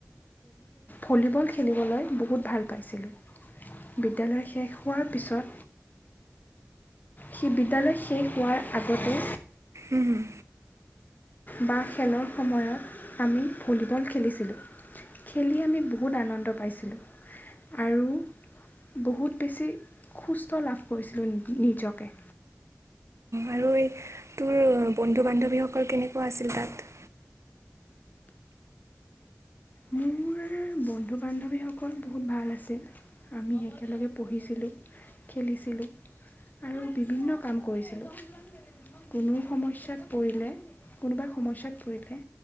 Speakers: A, on the left; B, on the right.
A: ভলীবল খেলিবলৈ বহুত ভাল পাইছিলোঁ, বিদ্যালয় শেষ হোৱাৰ পিছত সেই বিদ্যালয় শেষ হোৱাৰ আগতে
B: উম হুম।
A: বা খেলৰ সময়ত আমি ভলীবল খেলিছিলোঁ। খেলি আমি বহুত আনন্দ পাইছিলোঁ আৰু বহুত বেছি সুস্থ লাভ কৰিছিলোঁ নিজকে।
B: আৰু এই তোৰ বন্ধু বান্ধৱীসকল কেনেকুৱা আছিল তাত?
A: মোৰ বন্ধু বান্ধৱীসকল বহুত ভাল আছিল। আমি একেলগে পঢ়িছিলোঁ, খেলিছিলোঁ আৰু বিভিন্ন কাম কৰিছিলোঁ। কোনো সমস্যাত পৰিলে কোনোবা সমস্যাত পৰিলে